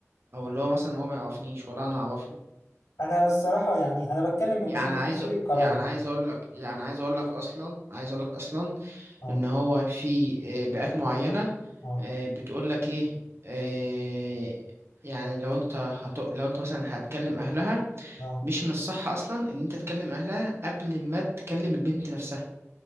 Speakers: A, on the right; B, on the left.
A: او اللي هو
B: آه.
A: مثلا هو ما يعرفنيش ولا انا اعرفه
B: انا الصراحه يعني انا بتكلم من
A: يعني
B: وجهه
A: عايز
B: نظري كراجل
A: يعني عايز اقول لك يعني عايز اقول لك اصلا عايز اقول لك اصلا
B: اه
A: ان هو في آه، بيئات معينه
B: اه
A: آه، بتقول لك ايه آه، يعني لو انت هت... لو انت مثلا هتكلم اهلها
B: اه
A: مش من الصح اصلا ان انت تكلم اهلها قبل ما تكلم البنت نفسها